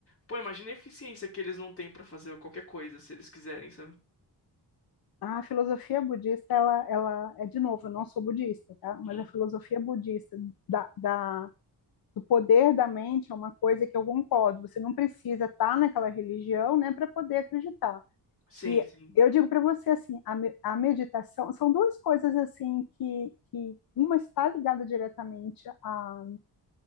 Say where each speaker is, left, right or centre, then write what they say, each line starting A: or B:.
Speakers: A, on the left; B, on the left.
A: pô, imagina a eficiência que eles não têm pra fazer qualquer coisa se eles quiserem, sabe?
B: A filosofia budista, ela, ela é, de novo, eu não sou budista, tá? Mas
A: Uhum.
B: a filosofia budista da, da, do poder da mente é uma coisa que eu concordo. Você não precisa estar naquela religião, né, para poder acreditar.
A: Sim,
B: E
A: sim.
B: eu digo para você assim, a, a, meditação são duas coisas assim que, que uma está ligada diretamente à